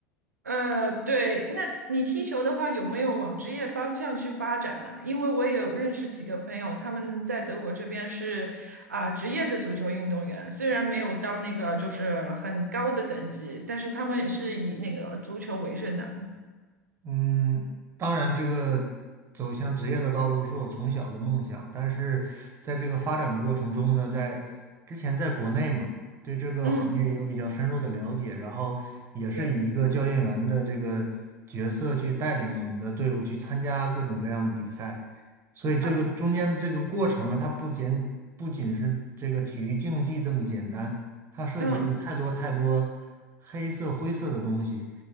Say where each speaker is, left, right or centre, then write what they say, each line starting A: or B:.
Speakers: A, on the right; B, on the right.
A: 呃，对，那你踢球的话，有没有往职业方向去发展呢？因为我也有认识几个朋友，他们在德国这边是啊、职业的足球运动员，虽然没有到那个就是很高的等级，但是他们也是以那个足球为生的。
B: 嗯，当然，这个走向职业的道路是我从小的梦想，但是在这个发展的过程中呢，在之前在国内嘛，对这个行业有比较深入的了解，
A: 嗯，
B: 然后也是以一个教练员的这个角色去带领我们的队伍去参加各种各样的比赛，
A: 对，
B: 所以这个中间这个过程呢，
A: 啊，
B: 它不仅不仅是这个体育竞技这么简单，它涉及了太多太多黑色灰色的东西。
A: 嗯，